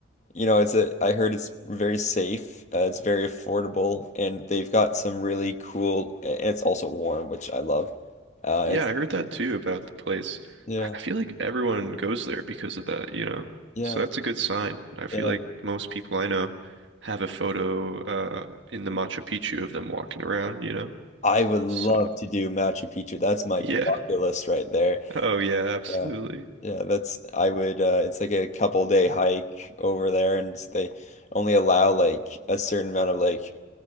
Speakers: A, on the left (about 40°); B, on the right (about 80°).
A: you know, it's a I heard it's very safe, uh, it's very affordable, and they've got some really cool, and it's also warm, which I love. Uh,
B: Yeah,
A: it's
B: I heard that too about the place.
A: yeah,
B: I I feel like everyone goes there because of that, you know.
A: yeah,
B: So that's a good sign. I feel
A: yeah.
B: like most people I know have a photo uh in the Machu Picchu of them walking around, you know.
A: I would love
B: So,
A: to do Machu Picchu. That's my
B: <laughs> yeah.
A: bucket list right there.
B: Oh yeah, absolutely.
A: Yeah. Yeah, that's I would uh it's like a couple day hike over there and s- they only allow like a certain amount of like